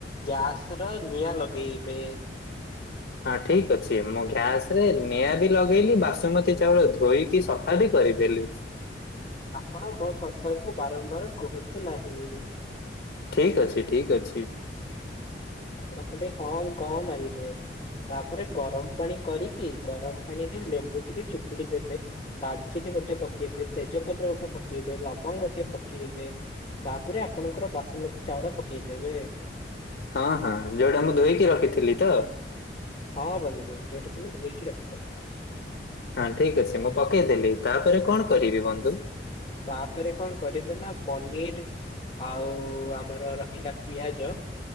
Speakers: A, on the left; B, on the left.
A: ଗ୍ୟାସରେ ନିଆଁ ଲଗେଇବେ।
B: ହଁ ଠିକ୍ ଅଛି, ମୁଁ ଗ୍ୟାସରେ ନିଆଁ ବି ଲଗେଇଲି, ବାସୁମତୀ ଚାଉଳ ଧୋଇକି ସଫ୍ ଫା ବି କରିଦେଲୁ।
A: ଆପଣ ମୋ କଥାକୁ ବାରମ୍ବାର କୁହନ୍ତୁ ନାହିଁ।
B: ଠିକ୍ ଅଛି-ଠିକ୍ ଅଛି।
A: ଆପଣ ଖାଲି ହଁ କଁ ମାରିବେ। ତାପରେ, ଗରମ ପାଣି କରିକି, ଗରମ ପାଣିରେ ଲେମ୍ବୁ ଟିକେ ଚୁପୁଡି ଦେବେ। ଡାଲଚିନି ଗୋଟେ ପକେଇବେ, ତେଜପତ୍ର ଗୋଟେ ପକେଇବେ, ଲବଙ୍ଗ ଗୋଟେ ପକେଇବେ। ତାପରେ ଆପଣଙ୍କର ବାସୁମତୀ ଚାଉଳ ପକେଇ ଦେବେ।
B: ହଁ-ହଁ ଯୋଉଟା ମୁଁ ଧୋଇକି ରଖିଥିଲି ତ?
A: ହଁ ବନ୍ଧୁ ତୁମେ, ଯୋଉଟା ତୁମେ ଧୋଇକି ରଖିଥିଲ।
B: ହଁ ଠିକ୍ ଅଛି ମୁଁ ପକେଇଦେଲି, ତାପରେ କଣ କରିବି ବନ୍ଧୁ?
A: ତାପରେ କଣ କରିବେ ନା ପନିର ଆଉ-ଉ-ଉ-ଉ ଆମର ରହିଲା ପିଆଜ